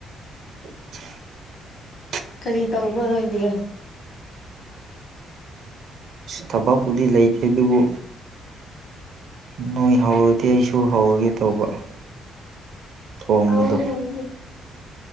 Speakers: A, on the right; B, on the left.
A: <inaudible>
B: ꯀꯔꯤ ꯇꯧꯕꯣꯗ ꯑꯣꯏꯗꯤ
A: ꯊꯕꯛꯄꯨꯗꯤ ꯂꯩꯇꯦ ꯑꯗꯨꯕꯨ ꯅꯣꯏ ꯍꯧꯔꯗꯤ ꯑꯩꯁꯨ ꯍꯧꯔꯒꯦ ꯇꯧꯕ ꯊꯣꯡꯕꯗꯣ
B: ꯍꯧꯔꯅꯤ ꯑꯩꯗꯤ